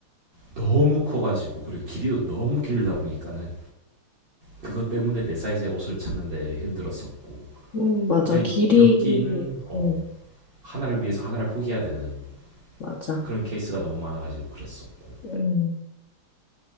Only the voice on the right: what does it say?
너무 커가지고 그리고 길이도 너무 길다 보니까는 그것 때문에 내 사이즈의 옷을 찾는데 힘들었었고
근데
여기는 어
하나를 위해서 하나를 포기해야 되는
그런 케이스가 너무 많아가지고 그랬었고